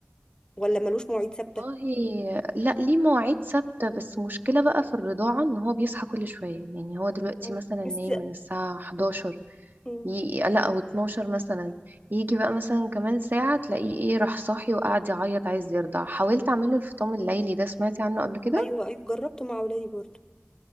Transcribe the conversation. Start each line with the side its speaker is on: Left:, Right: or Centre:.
Left: ولا ملوش مواعيد ثابته
Right: والله لا ليه مواعيد ثابتة بس مشكلة بقى في الرضاعة ان هو بيصحى كل شوية يعني هو دلوقتي
Left: مم.
Right: مثلا
Left: بس
Right: نايم من الساعة 11
Left: مم.
Right: ي... لا او 12 مثلا يجي بقى مثلا كمان ساعة تلاقيه ايه راح صاحي وقاعد يعيط عايز يرضع حاولت اعمله الفطام الليلي ده سمعتي عنه قبل كده
Left: ايوه ايوه جربته مع ولادي برضو